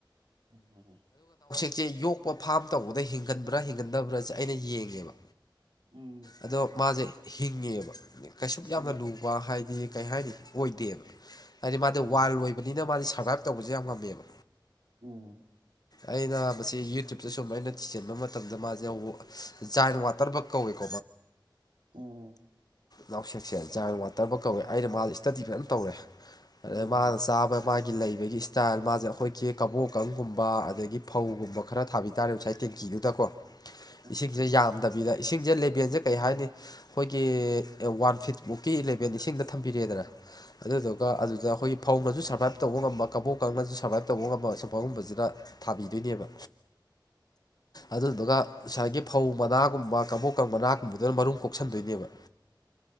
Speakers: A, on the right; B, on the left.
A: ꯎꯝ
B: ꯆꯦ ꯌꯣꯛꯄ ꯐꯥꯝ ꯇꯧꯕꯗ ꯍꯤꯡꯒꯟꯕ꯭ꯔꯥ ꯍꯤꯡꯒꯟꯗꯕ꯭ꯔꯥꯁꯦ ꯑꯩꯅ ꯌꯦꯡꯉꯦꯕ
A: ꯎꯝ
B: ꯑꯗꯣ ꯃꯥꯁꯦ ꯍꯤꯡꯉꯦꯕ ꯀꯩꯁꯨ ꯌꯥꯝꯅ
A: ꯎꯝ
B: ꯂꯨ ꯑ ꯍꯥꯏꯗꯤ ꯀꯩ ꯍꯥꯏꯅꯤ ꯑꯣꯏꯗꯦ ꯍꯥꯏꯗꯤ ꯃꯥꯗꯤ
A: ꯎꯝ
B: ꯋꯥꯏꯜ ꯑꯣꯏꯕꯅꯤꯅ ꯃꯥꯗꯤ ꯁꯔꯕꯥꯏꯞ ꯇꯧꯕꯁꯦ ꯌꯥꯝ ꯉꯝꯃꯦꯕ
A: ꯎꯝ
B: ꯑꯩꯅ ꯃꯁꯤ ꯌꯨꯇ꯭ꯌꯨꯞꯇ ꯁꯨꯝ ꯑꯩꯅ ꯊꯤꯖꯤꯟꯕ ꯃꯇꯝꯗ ꯃꯥꯁꯦ ꯖꯥꯏꯟ ꯋꯥꯇꯔ ꯕꯛ ꯀꯧꯋꯦꯕꯥ
A: ꯎꯝ
B: ꯅꯥꯎꯁꯠꯁꯦ ꯖꯥꯏꯟ ꯋꯥꯇꯔꯕ ꯀꯧꯋꯦ ꯑꯩꯅ ꯃꯥꯁ ꯏꯁꯇꯗꯤ ꯐꯖꯅ ꯇꯧꯔꯦ ꯑꯗꯩ
A: ꯎꯝ
B: ꯃꯥꯅ
A: ꯎꯝ ꯎꯝ ꯎꯝ ꯎꯝ ꯎꯝ ꯎꯝ ꯎꯝ
B: ꯆꯥꯕ ꯃꯥꯒꯤ ꯂꯩꯕꯒꯤ ꯏꯁꯇꯥꯏꯜ ꯃꯥꯁꯦ ꯑꯩꯈꯣꯏꯒꯤ ꯀꯕꯣꯛꯀꯪꯒꯨꯝꯕ ꯑꯗꯒꯤ ꯐꯧꯒꯨꯝꯕ ꯈꯔ ꯊꯥꯕꯤ ꯇꯥꯔꯦ ꯉꯁꯥꯏ ꯇꯦꯡꯀꯤꯗꯨꯗꯀꯣ
A: ꯎꯝ
B: ꯏꯁꯤꯡꯁꯦ ꯌꯥꯝꯗꯕꯤꯗ ꯏꯁꯤꯡꯁꯦ ꯂꯦꯕꯦꯜꯁꯦ ꯀꯩ ꯍꯥꯏꯅꯤ ꯑꯩꯈꯣꯏꯒꯤ ꯋꯥꯟ ꯐꯤꯠ ꯃꯨꯛꯀꯤ ꯕꯦꯟ ꯏꯁꯤꯡꯗ ꯊꯝꯕꯤꯔꯦꯗꯅ ꯑꯗꯨꯗꯨꯒ ꯑꯗꯨꯗ ꯑꯩꯈꯣꯏꯒꯤ ꯐꯧꯅꯁꯨ ꯁꯔꯕꯥꯏꯞ ꯇꯧꯕ ꯉꯝꯕ ꯀꯕꯣꯛ ꯀꯥꯡꯅꯁꯨ ꯁꯔꯕꯥꯏꯞ ꯇꯧꯕ ꯉꯝꯕ ꯁꯨꯝ ꯐꯒꯨꯝꯕꯁꯤꯅ ꯊꯥꯕꯤꯗꯣꯏꯅꯦꯕ ꯑꯗꯨꯗꯨꯒ ꯉꯁꯥꯏꯒꯤ ꯐꯧ ꯃꯅꯥꯒꯨꯝꯕ ꯀꯥꯡꯕꯣꯛꯀ ꯃꯅꯥꯒꯨꯝꯕꯗꯨꯅ ꯃꯔꯨꯝ ꯀꯣꯛꯁꯟꯗꯣꯏꯅꯦꯕ